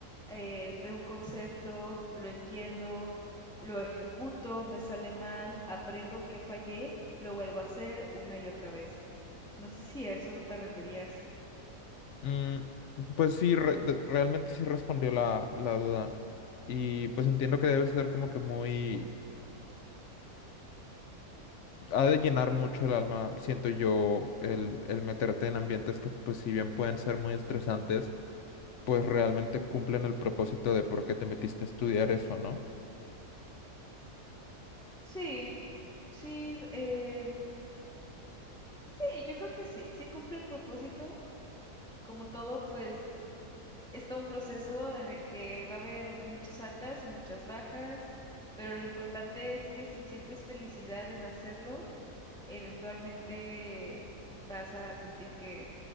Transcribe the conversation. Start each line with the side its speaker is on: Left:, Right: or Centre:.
Centre: eh, veo un concepto, lo entiendo, lo ejecuto, me sale mal, aprendo que fallé, lo vuelvo a hacer una y otra vez. No sé si a eso te referías.
Left: Mm, pues sí, re- de- realmente sí respondió la, la duda. Y pues entiendo que debe ser como que muy... Ha de llenar mucho el alma, siento yo, el, el meterte en ambientes que pues si bien pueden ser muy estresantes, pues realmente cumplen el propósito de por qué te metiste a estudiar eso, ¿no?
Centre: Sí, sí, eh, sí, yo creo que sí, sí cumple el propósito. Como todo, pues está un proceso en el que va a haber muchas altas y muchas bajas, pero lo importante es que si sientes felicidad en hacerlo, eventualmente vas a sentir que